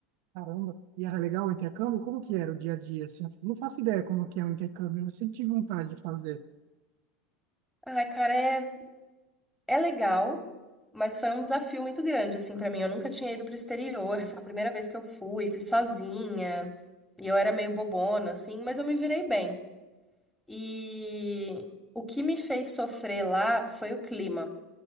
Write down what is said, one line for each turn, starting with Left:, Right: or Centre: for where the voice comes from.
Right: Caramba. E era legal o intercâmbio? Como que era o dia a dia? Assim, eu não faço ideia como que é o intercâmbio. Eu sempre tive vontade de fazer.
Centre: Ai, cara, é, é legal, mas foi um desafio muito grande, assim, pra mim. Eu nunca tinha ido pro exterior, foi a primeira vez que eu fui, fui sozinha, e eu era meio bobona, assim, mas eu me virei bem. E o que me fez sofrer lá foi o clima.